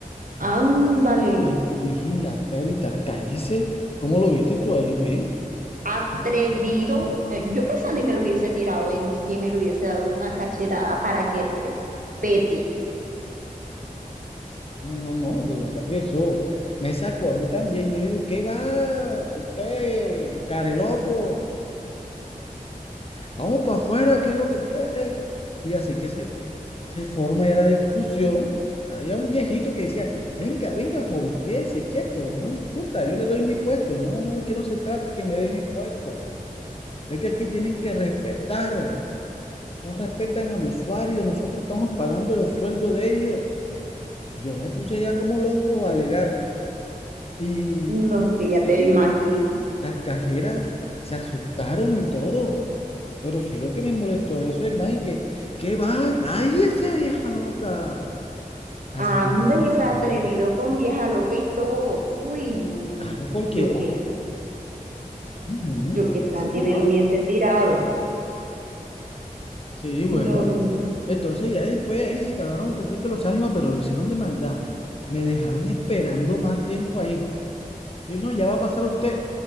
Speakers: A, on the right; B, on the left.
A: Ándale,
B: Ay, un Vigilante a gritar, cállese. ¿Cómo lo viste tú ahí, ve?
A: atrevido. Me- Yo que Sandy me lo hubiese tirado encima y le hubiese dado una cachetada para que respete.
B: No, no, no, de verdad que eso me sacó a mí también. Yo le digo, ¿qué va? Usted, care loco, vamos para afuera, ¿qué es lo que quiere? Y así que se se forma ya la discusión. Había un viejito que decía, venga, venga joven, quédese quieto, no discuta, yo le doy mi puesto. No, no, es que no se trata que me dé mi puesto. Es que aquí tienen que respetar, no respetan al usuario, nosotros estamos pagando el sueldo de ellos. Yo me puse ya como loco a alegar. Y,
A: No,
B: y
A: que
B: sí,
A: ya te imagino.
B: las cajeras se asustaron y todo. Pero sí lo que me molestó es eso, hermano, y que, ¿qué va? Cállese, vieja loca. Así
A: Anda
B: lo
A: y
B: pasa,
A: el atrevido con vieja loca y todo. Uy, no, no,
B: Claro,
A: no.
B: cualquiera.
A: Yo que,
B: Ujú,
A: yo
B: cualquiera
A: que Sandy
B: se- Ajá.
A: me lo hubiese tirado.
B: Sí, bueno.
A: No, no, no.
B: Entonces ya después ahí se calmaron un poquito los ánimos, pero lo hicieron de maldad. Me dejaron esperando más tiempo ahí. Yo no, ya va a pasar usted.